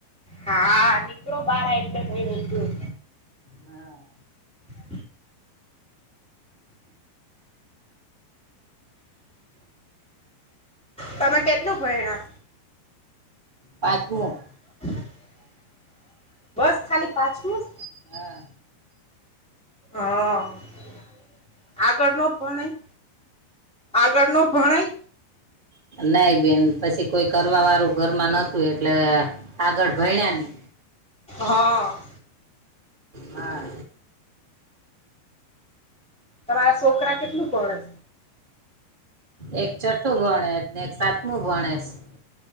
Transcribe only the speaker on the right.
હા
પાંચમું
હા
નઇ બેન પછી કોઈ કરવા વાળું ઘરમાં નતું તું એટલે આગળ ભણ્યા
હા
એક છઠ્ઠું ભણે છે ને એક સાતમું ભણે છે